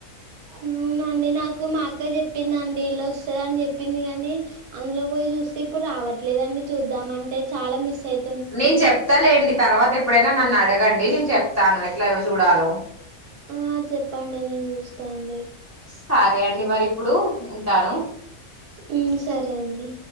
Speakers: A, on the right; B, on the left.
A: అవునండి నాకు మా అక్క చెప్పిందిండి ఇల్లా వస్తదని చెప్పింది కానీ అందులో పోయి చూస్తే ఇప్పుడు రావట్లేదండి చూద్దాం అంటే చాలా మిస్ అయి
B: నేను చెప్తాలేండి తర్వాత ఎప్పుడైనా నన్ను అడగండి నేను చెప్తాను ఎట్ల చూడాలో
A: ఆ చెప్పండి నేను చూస్తా అండి
B: సరే అండి మరి ఇప్పుడు ఉంటాను
A: ఉ సరే అండి